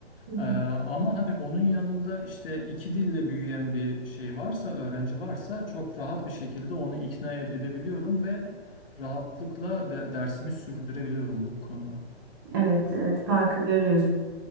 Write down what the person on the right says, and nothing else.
Hı hı.
Evet, evet farkı görüyoruz.